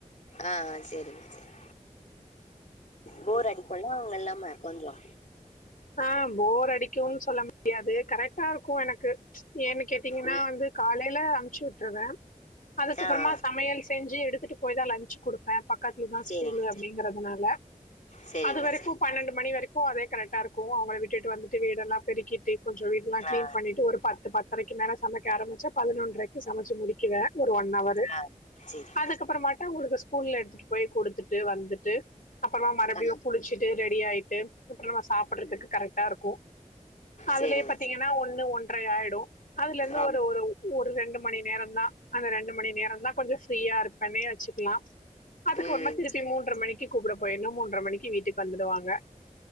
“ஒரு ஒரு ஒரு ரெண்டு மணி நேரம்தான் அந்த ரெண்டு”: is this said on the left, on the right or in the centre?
Left